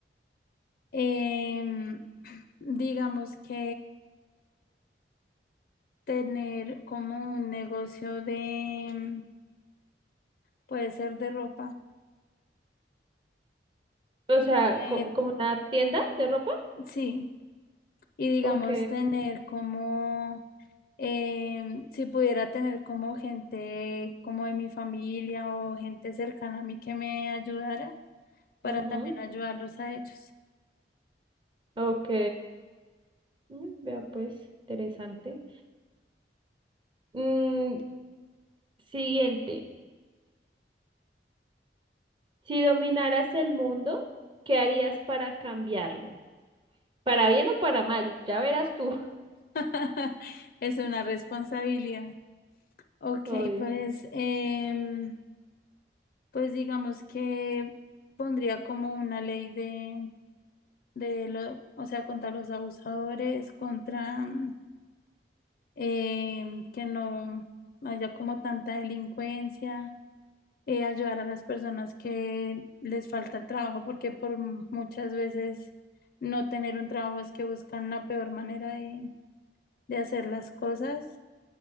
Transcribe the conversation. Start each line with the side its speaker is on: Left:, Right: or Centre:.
Left: Em, digamos que tener como un negocio de, puede ser de ropa.
Right: O sea,
Left: Eh,
Right: ¿como, como una tienda de ropa?
Left: sí, y digamos
Right: Ok,
Left: tener como Em, si pudiera tener como gente como de mi familia o gente cercana a mí que me ayudara para
Right: ujú,
Left: también ayudarlos a ellos.
Right: ok. Mm, Vea pues, interesante. Mm, siguiente, si dominaras el mundo, ¿qué harías para cambiarlo? Para bien o para mal, ya verás tú.
Left: <laughs> Es una responsabilidad. Ok,
Right: <laughs> Obvio.
Left: pues, em, pues digamos que pondría como una ley de, de lo, o sea, contra los abusadores, contra mm, em, que no haya como tanta delincuencia eh, ayudar a las personas que les falta el trabajo, porque por m- muchas veces no tener un trabajo es que buscan la peor manera de, de hacer las cosas.